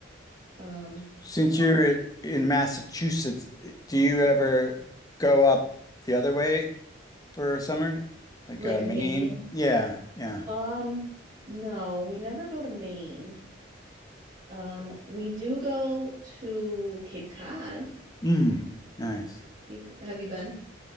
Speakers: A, on the right; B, on the left.
A: Um,
B: Since
A: but not
B: you're in Massachusetts, do you ever go up the other way for summer? Like
A: like
B: uh, Maine?
A: Maine.
B: Yeah, yeah.
A: Um, no, we never go to Maine. Um, we do go to Cape Cod.
B: Mm, nice.
A: You've have you been?